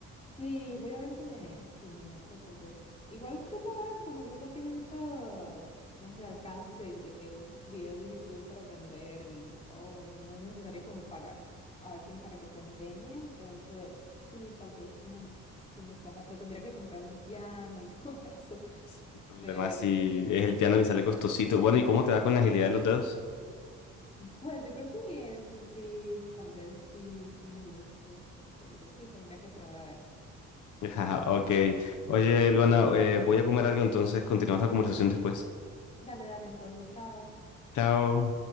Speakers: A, on the left; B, on the left.
A: Sí, voy a ver si me, si me meto tal vez. Igual creo que ahora como que no tiene mucho, no sé, alcance de que videos de YouTube para aprender y todo, no es necesario como pagar a alguien para que te enseñe, entonces sí, tal vez sí me, sí me ponga, pero tendría que comprarme el piano y <laughs> todo eso,
B: Pues, El problema
A: pero
B: si
A: sí.
B: es el piano que sale costosito. Bueno, ¿y cómo te va con
A: Ajá.
B: la agilidad de los dedos?
A: Pues yo creo que bien, sí, sí, tal vez sí, sí me guste, entonces sí, tendría que probar a ver.
B: <laughs> Ajá, ok. Oye, Luana, eh, voy a comer algo, entonces continuamos
A: Ujú.
B: la conversación después.
A: Dale, dale, entonces, chao.
B: Chao.